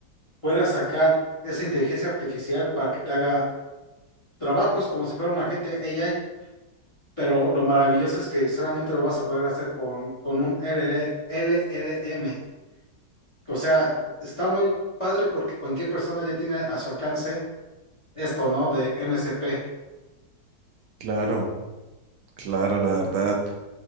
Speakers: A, on the left; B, on the right.
A: puedas sacar esa inteligencia artificial para que te haga trabajos como si fuera un agente AI. Pero lo maravilloso es que solamente lo vas a poder hacer con, con un LL LLM. O sea, está muy padre porque cualquier persona ya tiene a su alcance esto, ¿no? De MCP.
B: Claro, claro, la verdad.